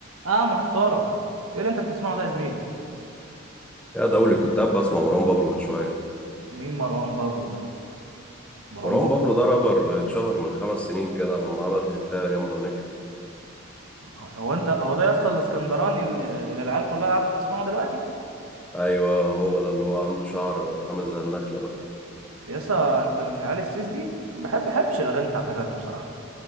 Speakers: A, on the right (about 85°); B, in the centre.
A: اه محترم ايه اللي انت بتسمعه ده يا زميلي
B: يا ده أول كنت قاعد بسمع مروان بابلو من شوية
A: مين مروان بابلو ده مروان
B: مروان
A: بابلو
B: بابلو ده رابر اتشهر من خمس سنين كده لما عمل هيتة جامدة ونجحت
A: هو انت هو ده يا اسطى الاسكندراني اللي اللي العيال كلها قاعده بتسمعه دلوقتي
B: أيوة هو ده اللي هو عنده شعر عامل زي النخلة ده
A: يا اسطى انت من العيال السيس دي ما بحب بحبش الاغاني بتاعت الراب دي بصراحه